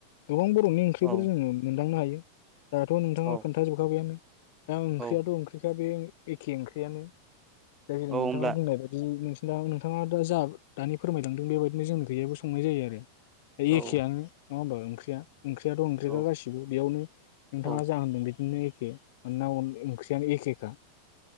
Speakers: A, on the left; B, on the right.
A: गोबांबो संनि ओंख्रिफोर
B: औ
A: जोङो मोनदांनो हायो दाध नोंथाङा
B: औ
A: खोन्थाजोबखाबायानो दा ओंख्रियाथ
B: औ
A: ओंख्रिखा बे एखे ओंख्रियानो दा जेरै
B: औ
A: नोंथाङा
B: होमब्ला
A: बुंनाय बायदि नोंसिना नोंथाङा उरजाब दानो फोरमायलांदों बेबायदिनो जोंनि गैयाबो संनाय जायो आरो द एखेआनो
B: औ
A: नङा होनोमबा ओंख्रिया ओंख्रियाथ ओंख्रिया
B: औ
A: गासिबो बेयावनो नोंथाङा
B: औ
A: ज होनदों बिदि नो एखे मामोना ओंख्रियानो एखेखा।